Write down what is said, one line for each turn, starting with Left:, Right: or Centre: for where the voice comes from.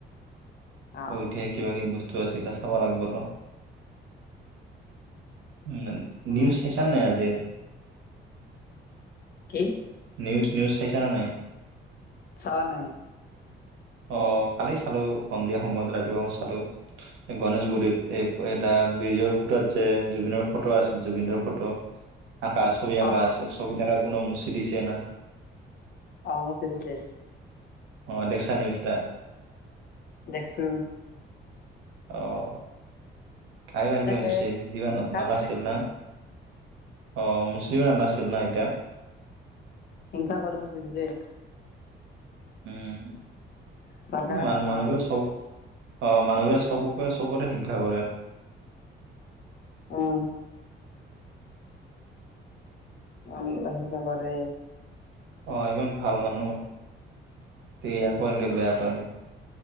Left: অ
Right: আৰু ধেৰ কিবা কিবি বস্তু- টো আছে চাবা লাগবো ৰ, উম।
Left: উম
Right: নিউজ চাইছা নাই আজিৰ?
Left: কি?
Right: নিউজ- নিউজ চাইছা নে নাই?
Left: চোৱা নাই।
Right: অঁ, কালি চালো সন্ধিয়া সময়ত ৰাতিপুৱা মই চালোঁ। গণেশগুৰিত এই এটা ব্ৰিজৰ খুতাত যে জুবিনৰ ফটো আছিল, জুবিনৰ ফটো- আঁকা ছবি আঁকা
Left: অ
Right: আছে, ছবি আঁকা কোনো মুচি দিছে না।
Left: অঁ, মচি দিছে।
Right: অ দেখছা নিউজটা
Left: দেখছো।
Right: অঁ, খাইবা এনকে
Left: এতিয়া
Right: মুচি দিবা
Left: কালি
Right: নালাগিছিল
Left: দেখছো
Right: না। অঁ, মুচিব নালাগিছিল ন এতিয়া।
Left: হিংসা কৰিব ম চিতি যে।
Right: উম,
Left: চৰকাৰে
Right: মানুহ
Left: ভাল
Right: -মানুহবিলাক
Left: নহয়
Right: চব- অঁ, মানুহবোৰে চবকে চবতে হিংসা কৰে।
Left: অঁ। অঁ, হিংসা কৰে।
Right: অঁ, ইমান ভাল মানুহ তে একো এক বেয়া পায়।